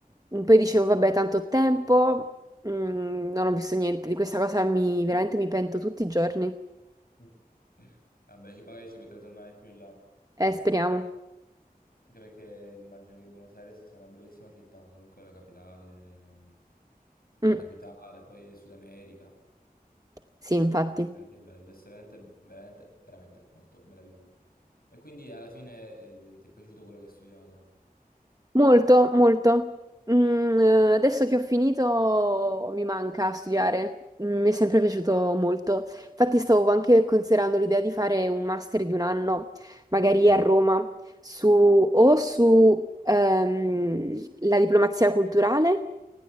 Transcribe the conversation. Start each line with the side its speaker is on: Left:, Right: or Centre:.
Right: mh, poi dicevo, vabbè, tanto ho tempo, mh, non ho visto niente. Di questa cosa mi, veramente mi pento tutti i giorni.
Left: Mm. <laughs> Vabbè, ci, magari ci potrei tornare più in là,
Right: Eh, speriamo.
Left: anche perché immagino che Buenos Aires sia una bellissima città, comunque è la capitale, è
Right: Mm,
Left: una capitale, poi del Sud America,
Right: sì, infatti.
Left: veramente bello, è veramente, veramente, veramente molto bello. E quindi alla fine eh, ti è piaciuto quello che hai studiato?
Right: Molto, molto. Mm, eh, adesso che ho finito mi manca studiare, Mm, mi è sempre piaciuto molto. Infatti stavo anche considerando l'idea di fare un master di un anno, magari a Roma, su, o su ehm, la diplomazia culturale